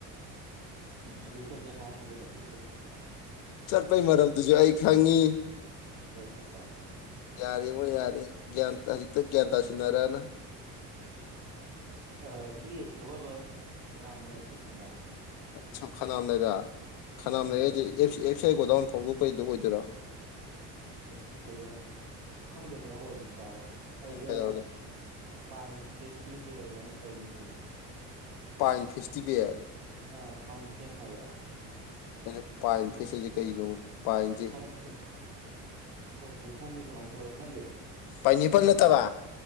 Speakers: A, on the right; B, on the left.
A: ꯎꯝ ꯆꯦ ꯍꯥ ꯇꯔ ꯆꯠꯇ ꯆꯠꯇꯅꯦ ꯀꯩꯗꯧꯕ
B: ꯆꯠꯄꯩ ꯃꯔꯝꯗꯨꯁꯨ ꯑꯩ ꯈꯪꯉꯤ
A: ꯆꯠꯄ
B: ꯌꯥꯔꯦꯕꯨ ꯌꯥꯔꯦ ꯭ꯟꯇꯁꯤꯛꯇ ꯭ꯟꯇꯥꯁꯤꯅꯔꯅ
A: ꯑꯦ ꯁꯤ ꯁꯒꯣꯜꯕꯜ ꯈꯅꯥꯝ ꯂꯩꯔꯛꯁꯦ ꯈꯪꯕ꯭ꯔꯥ
B: ꯁꯨꯝ ꯈꯅꯥꯝ ꯂꯩꯔ ꯈꯅꯥꯝ
A: ꯑ, ꯁꯤꯗ
B: ꯂꯩꯔꯁꯦ ꯑꯦꯐ ꯁꯤ ꯑꯥꯏ ꯒꯣꯗꯥꯎꯟ ꯐꯣꯡꯗꯣꯛꯄꯩꯗꯨ ꯑꯣꯏꯗꯣꯏꯔꯣ
A: ꯑꯦꯞꯁꯤꯀꯣꯗꯣ ꯈꯪꯗꯦ ꯑꯗꯨꯃꯥꯏꯅ ꯑꯣꯏꯕꯅꯤ ꯀꯥ ꯍꯣꯏ ꯑꯗꯨꯗ
B: ꯎꯝ ꯀꯩꯗꯧꯔꯒꯦ
A: ꯄꯥꯏꯟ ꯐꯦꯁꯇꯤꯚꯦꯜ ꯅ ꯇꯧꯅꯤꯡꯌꯦ
B: ꯄꯥꯏꯟ ꯐꯦꯁꯇꯤꯚꯦꯜ
A: ꯑ ꯄꯥꯏꯟ ꯐꯦꯁ ꯍꯥꯏꯕ꯭ꯔꯥ
B: ꯑꯩꯅ ꯄꯥꯏꯟ
A: ꯁꯤ-
B: ꯐꯦꯁꯁꯦ ꯀꯩꯅꯣ ꯄꯥꯏꯟꯁꯦ
A: ꯊꯥꯔꯛꯀꯦ ꯑꯣ ꯀꯤꯍꯣꯡꯒꯤ ꯀꯃꯥꯏꯅ ꯇꯧꯔ ꯈꯟꯗꯦ ꯊꯔꯛꯀꯦ
B: ꯄꯥꯏꯅꯦꯄꯜ
A: ꯌꯦꯡꯉꯣ
B: ꯅꯠꯇꯕ
A: ꯑꯩꯁꯨ